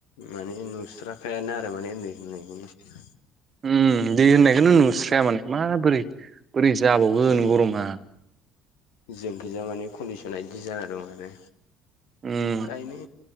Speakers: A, on the left; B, on the right.
A: माने नुस्राखायानो आरो माने दै होननायखौ।
B: उम दै होननायखौनो नुस्राया माने माबोरै बोरै जाबावगोन
A: उम
B: गरमा।
A: जोंखिजा माने कन्दिसना बिदि जाना दं आरो।
B: उम
A: गायनो